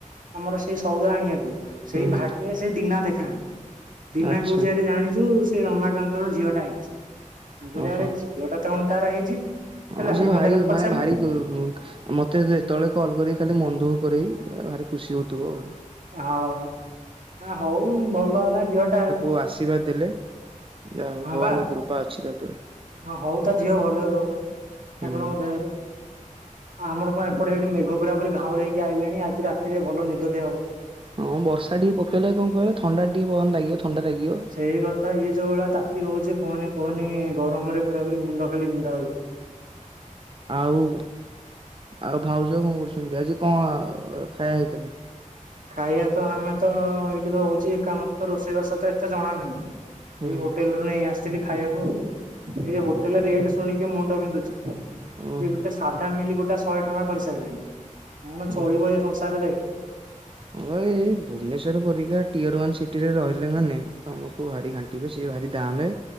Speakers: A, on the right (about 75°); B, on the right (about 40°).
A: ଆମର ସେଇ ସଉଦା ଆଣିବାକୁ ସେଇ
B: ହୁଁ
A: ଭାଟରେ ସେ ଦିନା ଦେଖାହେଲା। ଦିନା
B: ଆଚ୍ଛା
A: କହୁଛି ଆରେ ଜାଣିଛୁ ସେ ରମାକାନ୍ତର ଝିଅଟା ହେଇଛି। ମୁଁ
B: ଓହୋ।
A: ଆରେ କହିଲି ଝିଅଟା ତା ମାନେ ତାର ହେଇଛି।
B: ହଁ
A: ହେଲା
B: ସେ
A: ମୁଁ
B: ଭାରି
A: ତାକୁ ପଚାରିଲି
B: ମାନେ ଭାରି ମତେ ଯେତେବେଳେ କଲ୍ କରି ଖାଲି ମନଦୁଖ କରେ ଭାରି ଖୁସି ହଉଥିବ ଆଉ
A: ହଁ, ହଉ ଭଲ ହେଲା ଝିଅଟା ହେଲା।
B: ଆଉ ଆଶୀର୍ବାଦ ଦେଲେ ଯାହା ହଉ ଭଗବାନଙ୍କ
A: ବା
B: କୃପା ଅଛି ତା ଉପରେ।
A: ହଁ ହଉ ତା ଝିଅ ଭଲରେ ରହୁ
B: ହୁଁ
A: ଠାକୁରଙ୍କ ଦୟାରୁ। ଆମର କଣ ଏପଟେ ହେଇଟି ମେଘ ପୁରା ପୁରି ଘାଉଁରେଇକି ଆଇିଲାଣି ଆଜି ରାତିରେ ଭଲ ନିଦଟେ ହବ।
B: ହଁ ବର୍ଷା ଟିକେ ପକେଇଲେ କଣ କହିଲ ଥଣ୍ଡା ଟିକେ ପବନ ଲାଗିବ ଥଣ୍ଡା ଲାଗିବ।
A: ସେଇ କଥା ଇଏ ଯୋଉ ଭଳିଆ ତାତି ହଉଛି କୁହନି କୁହନି
B: ହଁ ବା
A: ଗରମରେ ପୁରାପରି ମୁଣ୍ଡ ଖାଲି ବିନ୍ଧା ହଉଛି।
B: ଆଉ ଆଉ ଭାଉଜ କଣ କରୁଛନ୍ତି ଆଜି କଣ ଖାଇବା ହେଇଥିଲା?
A: ଖାଇବା ତ ଆମେ ତ ଏଇଠି ରହୁଛି ଏକା ମତେ ତ ରୋଷେଇବାସ ଏତେ ଜଣା ନାହିଁ।
B: ହୁଁ
A: ଏଇ ହୋଟେଲରୁ ନେଇ ଆସିଥିଲି ଖାଇବାକୁ ଏଇ ହୋଟେଲ
B: ଓହୋ
A: ରେଟ ସୁ ଶୁଣିକି ମୁଣ୍ଡ ବିନ୍ଧୁଛି
B: ଓହୋ
A: ଯେଏ ଗୋଟେ ସାଧା ମିଲ୍ ଗୋଟେ ଶହେ ଟଙ୍କା କରିସାରିଲେଣି। କଣ ଚଳିବ
B: ଓହୋ।
A: ଏ ସଂସାରରେ।
B: ହଁ ଭାଇ ଏ ଭୁବନେଶ୍ୱର ପରିକା ଟିଅରୱାନ ସିଟିରେ ରହିଲେ ମାନେ ତମକୁ ଭାରି ଘା ଣ୍ଟିବେ ସିଏ ଭାରି ଦାମେ